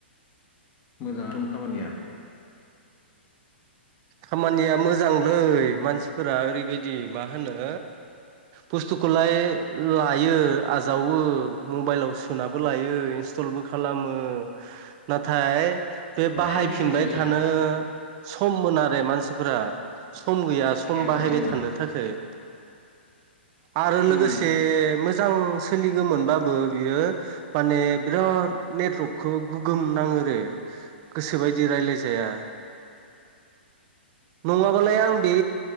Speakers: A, on the left; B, on the right.
A: मोजां खामानिया
B: खामानिया मोजांलै मानसिफोरा ओरैबायदि मा होनो बुस्थुखोलाय लायो। आजावो मबाइलाव सोनाबो लायो इन्स्टलबो खालामो नाथाय बे बाहायफिनबाय
A: कन्टिनिउटि गैया
B: थानो सममोन आरो मानसिफोरा सम गैया
A: मेन
B: सम
A: खोथायाथ'
B: बाहायबाय
A: बेनो
B: थानो थाखाय आरो लोगोसे
A: उम
B: मोजां सोलिगोमोन बाबो बियो माने बिराद नेटवर्कखौ गोगोम नांङो आरो गोसोबायदि रायलायजाया नंङाबालाय आं बे